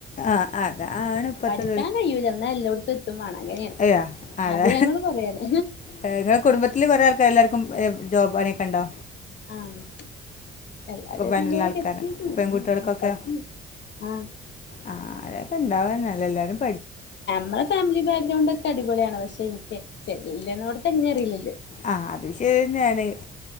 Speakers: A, on the left; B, on the left.
A: ആഹ് ആ അതാണ് ഇപ്പോഴത്തെ
B: പഠിക്കാൻ കഴിയൂല ന്നാ എല്ലോട്ത്തും എത്തും വേണം അങ്ങനെയാണ്
A: അയോ അതെ
B: ആഗ്രഹങ്ങള് കൊറേയാണ്
A: നിങ്ങളെ കുടുംബത്തില് കൊറേ ആൾക്കാ എല്ലാർ ക്കും ജോബ് പണി യൊക്കെ ണ്ടോ
B: ആഹ് എല്ലാരും
A: പണിയുള്ള
B: നല്ലതിലക്കെ
A: ആൾക്കാർ
B: എത്തിക്ക്ണ്
A: പെൺകുട്ടികൾക്കൊക്കെ
B: ഉം ആപ്പക്ക ആഹ്
A: ആ അതൊക്കെ ഇണ്ടാവന്നല്ല എല്ലാരും
B: മളെ ഫാമിലി ബാക്ക്ഗ്രൗണ്ട് ഒക്കെ അടിപൊളിയാണ് പക്ഷെ എനിക്ക് ചെല്ല്ണോട്ത് എങ്ങിനെ അറീലല്ലോ
A: ആ അത് ശരിന്നെയാണ്